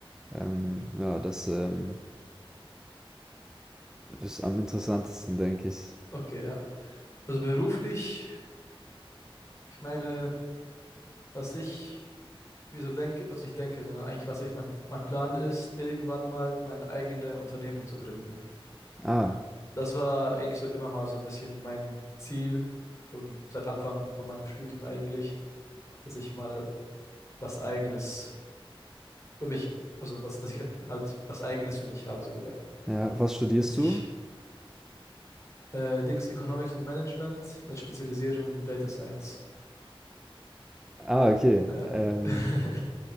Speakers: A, in the centre; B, on the left (about 30°).
A: ähm, ja, das ähm, ist am interessantesten, denke ich.
B: Okay, ja. Also beruflich, ich meine, was ich mir so denke, also nicht denke, sondern eigentlich, was ich mein, mein Plan ist, irgendwann mal meine eigene Unternehmung zu gründen.
A: Ah,
B: Das war eigentlich so immer mal so ein bisschen mein Ziel, schon seit Anfang von meinem Studium eigentlich, dass ich mal was Eigenes für mich, also was, dass ich halt was Eigenes für mich habe, so gesagt.
A: Ja, was studierst
B: Dass ich
A: du?
B: äh, Dings Economics und Management mit Spezialisierung in Data Science.
A: Ah, okay.
B: Äh,
A: Ähm,
B: <laughs>